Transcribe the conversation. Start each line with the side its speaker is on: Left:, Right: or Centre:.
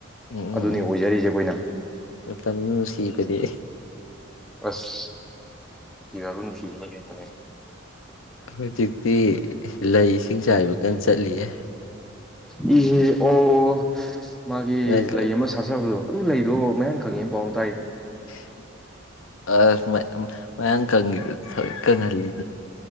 Left: ꯎꯝ ꯎꯝ
Centre: ꯑꯗꯨꯅꯤ ꯑꯣꯏꯖꯔꯤꯁꯦ
Left: ꯎꯝ
Centre: ꯑꯩꯈꯣꯏꯅ
Left: ꯃꯇꯝꯗꯨ ꯅꯨꯁꯤꯕꯅꯦ
Centre: ꯑꯁ ꯌꯥꯔꯣ ꯅꯨꯡꯁꯤꯕꯑꯔꯤꯐꯔꯦ
Left: ꯍꯧꯖꯤꯛꯇꯤ ꯂꯩ ꯏꯁꯤꯡ ꯆꯥꯏꯕ ꯀꯟ ꯆꯠꯂꯤꯌꯦ
Centre: ꯏꯍꯦ ꯑꯣ ꯃꯥꯒꯤ
Left: ꯅꯪ
Centre: ꯂꯩ ꯑꯃ ꯁꯥꯆꯕꯗꯣ ꯑꯗꯨ ꯂꯩꯗꯣ ꯃꯌꯥꯡ ꯀꯣꯉꯦ ꯄꯥꯎ ꯑꯝ
Left: <inaudible> ꯑꯁ ꯃ ꯃ ꯃꯌꯥꯡ ꯀꯪꯒꯤꯕ ꯊ ꯇꯅꯂꯤ